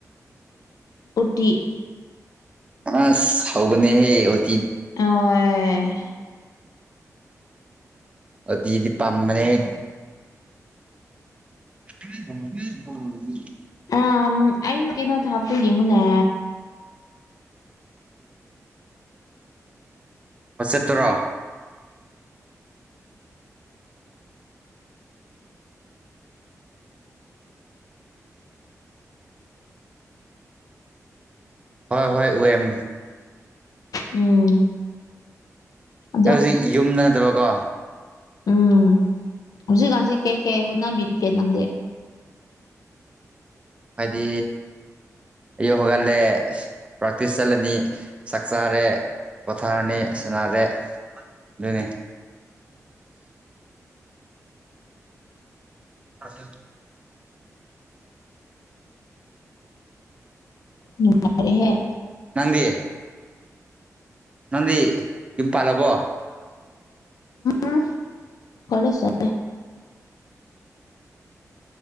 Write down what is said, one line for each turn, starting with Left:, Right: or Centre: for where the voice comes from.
Left: ꯎꯇꯤ
Right: ꯑꯁ ꯍꯥꯎꯕꯅꯤꯍ‌ꯦ ꯎꯠ
Left: ꯑꯣ <unintelligible>
Right: ꯎꯇꯤꯗꯤ ꯄꯥꯝꯕꯅꯦꯍ‌ꯦ <unintelligible>
Left: ꯑꯥꯝ ꯑꯩꯅ ꯀꯩꯅꯣ ꯊꯕꯇꯣ ꯌꯦꯡꯉꯨꯅꯦ
Right: ꯋꯥꯆꯦꯞꯇꯔꯣ ꯍꯣꯏ ꯍꯣꯏ ꯎꯋꯦꯝ
Left: ꯎꯝ ꯑꯗꯣ
Right: ꯑꯩ ꯍꯧꯖꯤꯛ ꯌꯨꯝꯗ ꯅꯠꯇꯕꯀꯣ
Left: ꯎꯝ ꯍꯧꯖꯤꯛ ꯀꯥꯟꯁꯤ ꯀꯩ ꯀꯩ ꯍꯣꯠꯅꯕꯤꯔꯤꯒꯦ ꯅꯪꯗꯤ
Right: ꯑꯩꯗꯤ ꯑꯌꯨꯛ ꯍꯧꯒꯠꯂꯦ ꯄ꯭ꯔꯥꯛꯇꯤꯁ ꯆꯠꯂꯅꯤ ꯆꯥꯛ ꯆꯥꯔꯦ ꯄꯣꯊꯥꯔꯅꯤ ꯁꯥꯟꯅꯔꯦ ꯑꯗꯨꯅꯦ ꯑ <unintelligible>
Left: ꯅꯨꯡꯉꯥꯏꯔꯦ ꯍ‌ꯦ
Right: ꯅꯪꯗꯤ ꯅꯪꯗꯤ ꯌꯨꯝ ꯄꯥꯜꯂꯕꯣ
Left: ꯑ ꯐꯂꯦꯁ <unintelligible>